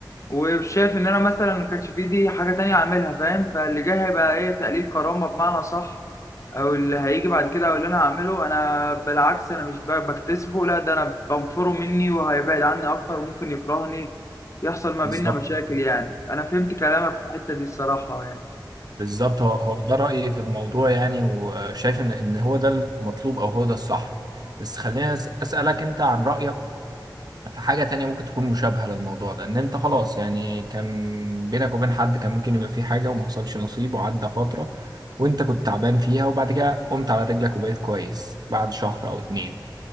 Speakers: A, on the left; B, on the right.
A: وشايف ان انا مثلا ما كانش في دي حاجة تانية اعملها فاهم فاللي جاي هيبقى ايه تقليل كرامة بمعنى صح او اللي هيجي بعد كده او اللي انا هعمله انا بالعكس انا مش ب- بكتسبه لا ده انا بنفره مني وهيبعد عني اكتر وممكن يكرهني يحصل ما
B: بالظبط
A: بيننا مشاكل يعني انا فهمت كلامك في الحتة دي الصراحة يعني
B: بالظبط هو هو ده رايي في الموضوع يعني وشايف ان ان هو ده المطلوب او هو ده الصح بس خليني أس- اسالك انت عن رايك في حاجة تانية ممكن تكون مشابهة للموضوع ده ان انت خلاص يعني كان بينك وبين حد كان ممكن يبقى في حاجة وما حصلش نصيب وعدى فترة وانت كنت تعبان فيها وبعد كده قمت على رجلك وبقيت كويس بعد شهر او اتنين